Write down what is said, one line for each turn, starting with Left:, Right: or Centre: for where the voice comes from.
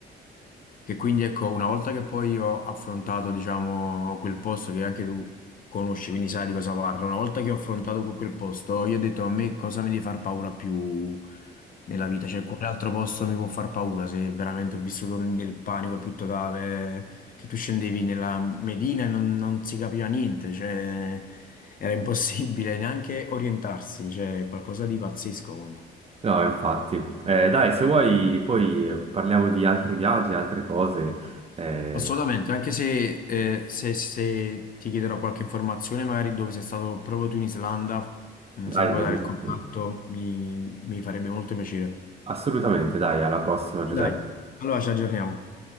Left: Che quindi ecco, una volta che poi ho affrontato, diciamo, quel posto che anche tu conosci, quindi sai di cosa parlo, una volta che ho affrontato que- quel posto, io ho detto a me cosa mi deve far paura più nella vita, cioè quale altro posto mi può far paura se veramente ho vissuto nel panico più totale, che tu scendevi nella Medina e non, non si capiva niente, cioè era impossibile neanche orientarsi, cioè qualcosa di pazzesco comunque.
Right: No, infatti. Eh, dai, se vuoi poi eh, parliamo di altri viaggi, altre cose. Eh,
Left: Assolutamente, anche se, eh, se- se ti chiederò qualche informazione, magari dove sei stato proprio tu in Islanda, mm,
Right: dai,
Left: se mi puoi
Right: va
Left: dare
Right: benissimo.
Left: il contatto, mi mi farebbe molto piacere.
Right: Assolutamente, dai, alla prossima, Giuseppe.
Left: Dai, allora ci aggiorniamo.